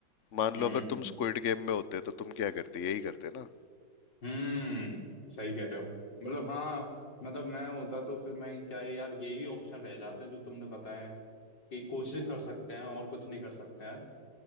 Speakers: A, on the left; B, on the left.
A: मान
B: हम्म
A: लो अगर तुम स्क्विड गेम में होते तो तुम क्या करते यही करते ना
B: हम्म सही कह रहे हो मतलब हाँ मतलब मैं होता तो फिर मैं क्या है यार यही ऑप्शन रह जाते हैं जो तुमने बताए हैं कि कोशिश
A: हम्म,
B: कर सकते हैं और कुछ नहीं कर सकते हैं